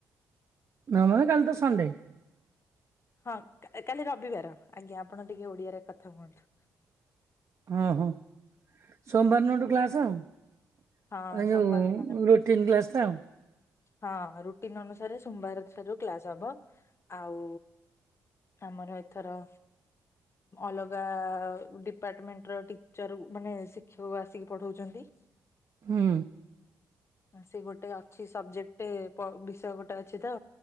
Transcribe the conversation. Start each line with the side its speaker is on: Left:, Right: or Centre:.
Right: ନହେଲେ କାଲି ତ ସଣ୍ଡେ
Left: ହଁ କା କାଲି ରବିବାର ଆଜ୍ଞା ଆପଣ ଟିକେ ଓଡିଆରେ କଥା ହୁଅନ୍ତୁ।
Right: ଉଁ ହୁଁ। ସୋମବାର ଦିନଠୁ କ୍ଲାସ ଆଉ।
Left: ହଁ
Right: ଏ
Left: ସୋମବାର
Right: ଯୋଉ
Left: ଦିନ
Right: ରୋଟିନ କ୍ଲାସ ଟା ଆଉ।
Left: ହଁ ରୋଟିନ ଅନୁସାରେ ସୋମବାର ଠାରୁ କ୍ଲାସ ହବ। ଆଉ ଆମର ଏଥର ଅଲଗା ଉଁ ଡିପାର୍ଟମେଣ୍ଟ ର ଟିଚର ମାନେ ଶିକ୍ଷକ ଆସିକି ପଢଉଚନ୍ତି।
Right: ହୁଁ।
Left: ସେ ଗୋଟେ ଅଛି ସବଜେକ୍ଟ ପ ବିଷୟ ଗୋଟେ ଅଛି ତ